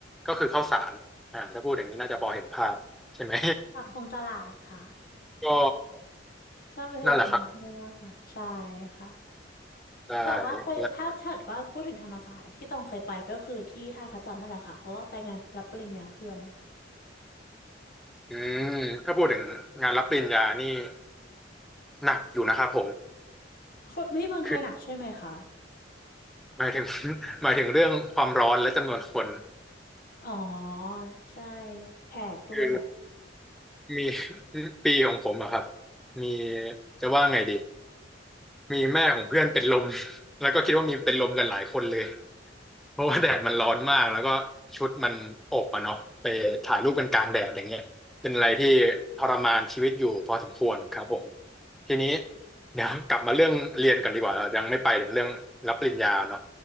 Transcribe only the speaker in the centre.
ก็คือเข้าสารอ่าถ้าพูดอย่างนี้น่าจะพอเห็นภาพใช่ไหม
<laughs> ก็
นั่นแหละครับ
ได้
และอืมถ้าพูดถึงงานรับปริญญานี่หนักอยู่นะครับผม
คือหมายถึง <laughs> หมายถึงเรื่องความร้อนและจำนวนคน
คือ มี <laughs> ปีของผมอะครับมีจะว่าไงดีมีแม่ของเพื่อนเป็นลม <laughs> แล้วก็คิดว่ามีเป็นลมกันหลายคนเลย เพราะว่าแดดมันร้อนมากแล้วก็ชุดมันอบอะเนาะไปถ่ายรูปกันกลางแดดอย่างเงี้ยเป็นอะไรที่ทรมานชีวิตอยู่พอสมควรครับผมทีนี้เดี๋ยวกลับมาเรื่องเรียนกันดีกว่าเรายังไม่ไปถึงเรื่องรับปริญญาเนาะ